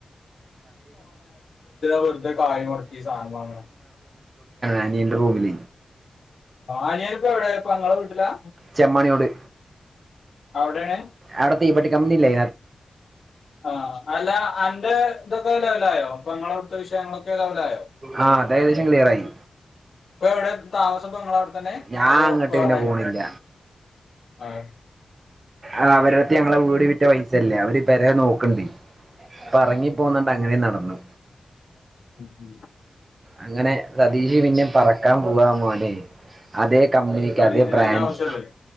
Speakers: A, on the left; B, on the right.
A: വെറുതെ കായ് മെടക്കി സാധനം വാങ്ങുന്നേ
B: അനിയൻ്റെ റൂമിൽ
A: അനിയൻ ഇപ്പൊ എവിടെ പെങ്ങളെ വീട്ടിലാ
B: ചെമ്മാണിയോട്
A: അവിടെണ്
B: അവിടെ തീപ്പെട്ടി കമ്പനിലെ
A: ആ അല്ല അന്റ ഇതൊക്ക ള്ളായോ പെങ്ങള അവിടുത്ത വി ഷയങ്ങളൊക്കെ ലെവലായോ?
B: ആ അത് ഏകദേശം ക്ലിയർ ആയി
A: ഇപ്പൊ എവിടെ താമസപ്പ ഇങ്ങളവടെ തന്നെ
B: ഞാൻ
A: അതോ
B: അങ്ങോട്ട്
A: വേറെ?
B: പിന്നെ പോണില്ല
A: ആയോ
B: ആ അവരട്ത്ത് ഞങ്ങളെ വീട് വിറ്റ പൈസല്ല്യെ. അവര് പെരേ നോക്ണ്ടി അപ്പ എറങ്ങി പോന്നണ്ട് അങ്ങനെ നടന്നു.
A: ഉം ഉം
B: അങ്ങനെ സതീഷ് പിന്നെ പറക്കാൻ പോവാ മോനെ അതെ കമ്പനിക്കതെ
A: സതീശന്
B: ബ്രാൻഡ്
A: അതിന്റെ ആവശ്യമല്ലല്ലോ